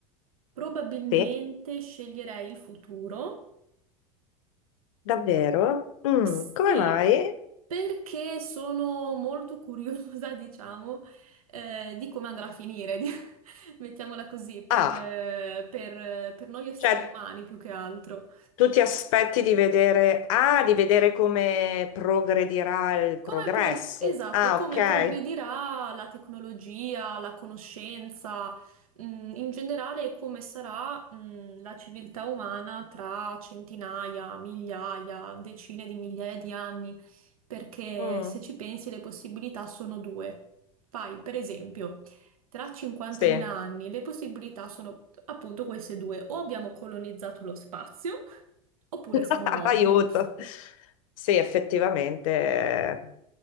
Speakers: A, on the right; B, on the left.
A: probabilmente
B: Sì,
A: sceglierei il futuro.
B: davvero? Mm,
A: Sì,
B: come mai?
A: perché sono molto curiosa, <laughs> diciamo, eh, di come andrà a finire, di- <laughs> mettiamola così, per,
B: Ah,
A: eh, per, eh, per noi esseri
B: cioè
A: umani più che altro.
B: tu ti aspetti di vedere, ah, di vedere come progredirà il
A: Come
B: progresso.
A: pro- esatto,
B: Ah,
A: come
B: ok.
A: progredirà la tecnologia, la conoscenza, mh, in generale e come sarà, mh, la civiltà umana tra centinaia, migliaia, decine di migliaia di anni, perché
B: Mm.
A: se ci pensi le possibilità sono due. Fai, per esempio, tra 50.000
B: Sì,
A: anni le possibilità sono appunto queste due, o abbiamo colonizzato lo spazio, oppure
B: <laughs>
A: siamo morti.
B: aiuto. Sì, effettivamente eh,